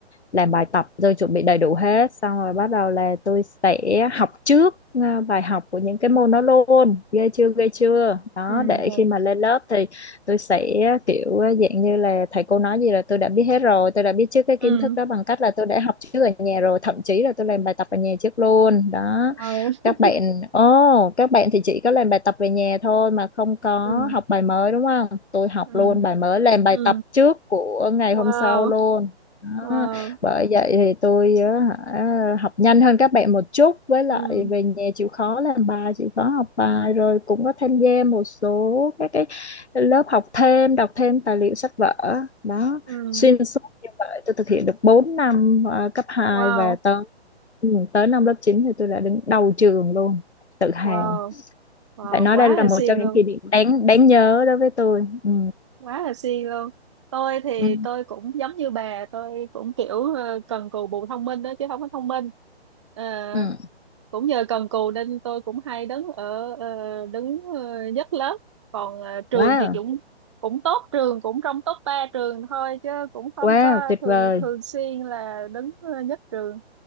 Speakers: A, on the left; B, on the right.
A: làm bài tập rồi chuẩn bị đầy đủ hết xong rồi bắt đầu là tôi sẽ học trước à, bài học của những cái môn đó luôn ghê chưa ghê chưa đó
B: ừ
A: để
B: rồi.
A: khi mà lên lớp thì tôi sẽ kiểu dạng như là thầy cô nói gì là tôi đã biết hết rồi tôi đã biết trước cái kiến
B: ừ
A: thức đó bằng cách là tôi đã học trước ở nhà rồi thậm chí là tôi làm bài tập ở nhà trước luôn đó
B: ừ
A: các bạn ô các bạn thì chỉ có làm bài tập về nhà thôi mà không có
B: ừ
A: học bài mới đúng không tôi học
B: ừ
A: luôn bài mới làm bài
B: ừ
A: tập trước của ngày
B: wow
A: hôm sau luôn đó.
B: wow
A: Bởi vậy thì tôi á, hả, học nhanh hơn các bạn một chút với lại
B: ừ
A: về nhà chịu khó làm bài chịu khó học bài rồi cũng có tham gia một số các cái lớp học thêm đọc thêm tài liệu sách vở đó
B: ừ
A: xuyên suốt như vậy tôi thực hiện được 4 năm ờ, cấp hai
B: wow
A: và tới ừ, tới năm lớp 9 thì tôi đã đứng đầu trường luôn tự hào
B: wow wow
A: phải nói
B: quá
A: đây là
B: là
A: một
B: siêng
A: trong những
B: luôn.
A: kỷ niệm đáng đáng nhớ đối với tôi ừ.
B: quá là siêng luôn tôi thì
A: Ừ.
B: tôi cũng giống như bà tôi cũng kiểu ờ, cần cù bù thông minh đó chứ không có thông minh Ờ,
A: Ừ.
B: cũng nhờ cần cù nên tôi cũng hay đứng ở ờ, đứng ờ, nhất lớp còn ờ, trường
A: wow
B: thì cũng cũng tốt trường cũng trong top 3 trường thôi chứ cũng không
A: wow
B: có
A: tuyệt
B: thường
A: vời
B: thường xuyên là đứng ờ, nhất trường